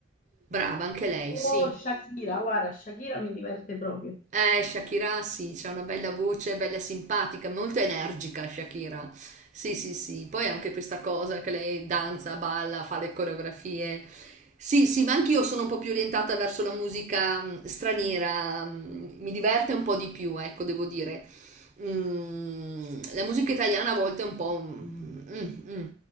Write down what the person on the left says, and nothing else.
Oh, Shakira, guarda, Shakira mi diverte proprio.